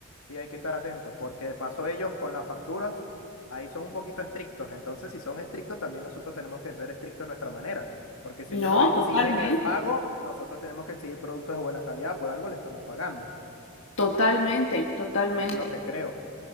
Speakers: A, on the left; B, on the left.
A: Sí, hay que estar atentos, porque de paso ellos con las facturas, ahí son un poquito estrictos. Entonces, si son estrictos, también nosotros tenemos que ser estrictos de nuestra manera, porque si
B: No,
A: ellos nos exigen
B: totalmente.
A: el pago, nosotros tenemos que exigir productos de buena calidad, por algo le estamos pagando,
B: Totalmente, totalmente.
A: es lo que creo.